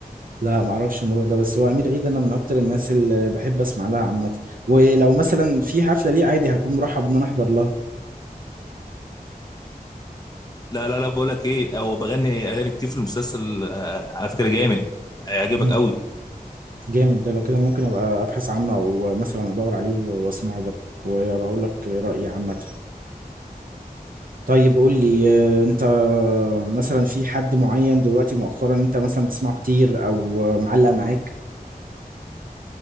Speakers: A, on the right; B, on the left.
A: لا معرفش الموضوع ده بس هو أمير عيد أنا من أكتر الناس اللي بحب أسمع لها عامة ولو مثلا في حفلة ليه عادي هكون مرحب إن أنا أحضر
B: لا لا لا بقول لك ايه هو بغني اغاني كتير في المسلسل آه، على فكره جامد هيعجبك
A: لها
B: قوي
A: جامد ده لو كده ممكن ابقى ابحث عنه او مثلا ادور عليه و- واسمعه برضه وابقى اقول لك رايي عامه طيب قول لي آه، انت مثلا في حد معين دلوقتي مؤخرا انت مثلا بتسمعه كتير او معلق معاك